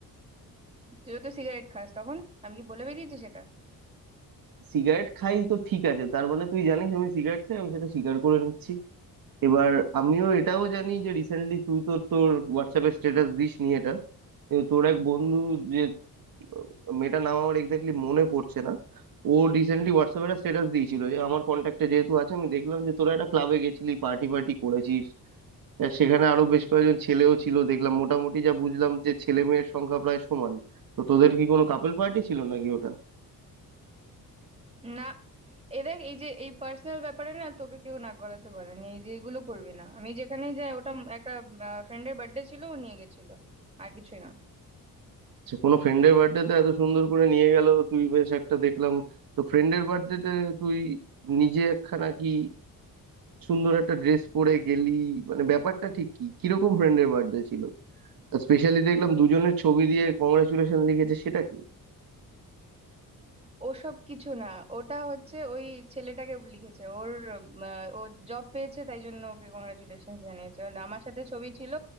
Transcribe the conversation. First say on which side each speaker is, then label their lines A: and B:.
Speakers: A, on the right; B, on the right.
A: তুইও তো সিগারেট খাস তখন আমি কি বলে বেরিয়েছি সেটা
B: সিগারেট খাই তো ঠিক আছে তার মানে তুই জানিস আমি সিগারেট খাই আমি সেটা স্বীকার করে নিচ্ছি এবার আমিও এটাও জানি যে রিসেন্টলি তুই তো তোর হোয়াটসঅ্যাপে স্ট্যাটাস দিস নি এটা কিন্তু তোর এক বন্ধু যে আহ, মেয়েটার নাম আমার এক্স্যাক্টলি মনে পড়ছে না ও রিসেন্টলি হোয়াটসঅ্যাপে একটা স্ট্যাটাস দিয়েছিল যে আমার কন্ট্যাক্টে যেহেতু আছে আমি দেখলাম যে তোরা একটা ক্লাবে গেছিলি পার্টি ফার্টি করেছিস আর সেখানে আরো বেশ কয়েকজন ছেলেও ছিল দেখলাম মোটামুটি যা বুঝলাম যে ছেলে মেয়ের সংখ্যা প্রায় সমান তো তোদের কি কোনো কাপল পার্টি ছিল নাকি ওটা
A: না এ দেখ এই যে এই পার্সোনাল ব্যাপারে না তোকে কেউ না করাতে পারেনি এই যে এগুলো করবি না আমি যেখানেই যাই ওটা একটা ফ্রেন্ডের বার্থডে ছিল ও নিয়ে গেছিল আর কিছুই না
B: আচ্ছা কোনো ফ্রেন্ডের বার্থডেতে এত সুন্দর করে নিয়ে গেল তুই বেশ একটা দেখলাম তো ফ্রেন্ডের বার্থডেতে তুই নিজে একখানা কি সুন্দর একটা ড্রেস পরে গেলি মানে ব্যাপারটা ঠিক কি কিরকম ফ্রেন্ডের বার্থডে ছিল স্পেশালি দেখলাম দুজনের ছবি দিয়ে কংগ্রাচুলেশন লিখেছে সেটা কি
A: ওসব কিছু না ওটা হচ্ছে ওই ছেলেটাকে লিখেছে ওর আহ, ও জব পেয়েছে তাই জন্য ওকে কংগ্রাচুলেশন জানিয়েছে And আমার সাথে ছবি ছিল